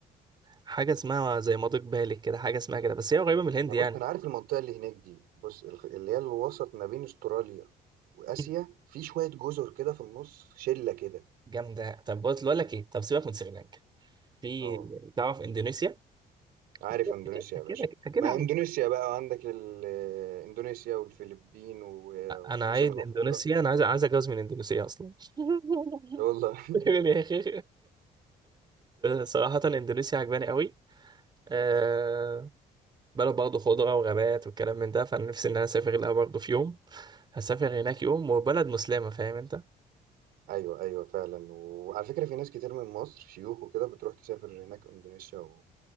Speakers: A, on the right (about 30°); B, on the right (about 85°).
A: حاجة اسمها زي مضيق بالك كده حاجة اسمها كده بس هي قريبة من الهند
B: انا
A: يعني
B: بص انا عارف المنطقه اللي هناك دي بص الخ- اللي هي الوسط ما بين استراليا واسيا
A: <laughs> مم.
B: في شويه جزر كده في النص شله كده
A: جامدة طب بص، بقول لك ايه طب سيبك من سريلانكا في
B: اه
A: تعرف اندونيسيا
B: عارف
A: اكيد
B: اندونيسيا
A: اكيد
B: يا باشا
A: اكيد أكيد
B: ما
A: عارف
B: اندونيسيا بقى عندك ال- اندونيسيا والفلبين و-
A: انا
B: وسنغافورة
A: عايز اندونيسيا انا عايز عايز اتجوز من اندونيسيا اصلا <laughs>
B: لا والله <laughs>
A: يقول يا اخي صراحة اندونيسيا عجباني قوي أه
B: آه.
A: بلد برضه خضرة وغابات والكلام من ده فانا نفسي ان انا اسافر لها برضه في يوم هسافر هناك يوم وبلد مسلمة فاهم انت
B: ايوه ايوه فعلا وعلى فكرة في ناس كتير من مصر شيوخ وكده بتروح تسافر هناك اندونيسيا و...